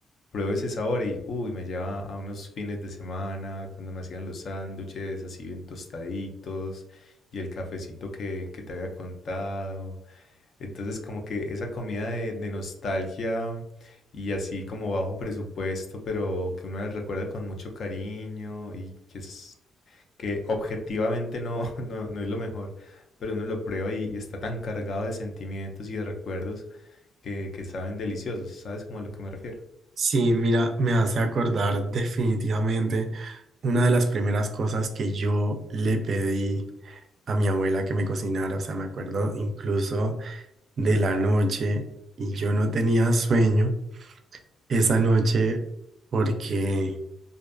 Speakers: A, on the left; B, on the right.
A: Pruebo ese sabor y, uy, me lleva a unos fines de semana, cuando me hacían los sándwiches así bien tostaditos y el cafecito que, que te había contado. Entonces, como que esa comida de, de nostalgia y así como bajo presupuesto, pero que uno la recuerda con mucho cariño y que es que objetivamente no, <laughs> no, no es lo mejor, pero uno lo prueba y, y está tan cargado de sentimientos y de recuerdos que, que saben deliciosos. ¿Sabes cómo a lo que me refiero?
B: Sí, mira, me hace acordar definitivamente una de las primeras cosas que yo le pedí a mi abuela que me cocinara, o sea, me acuerdo incluso de la noche y yo no tenía sueño esa noche porque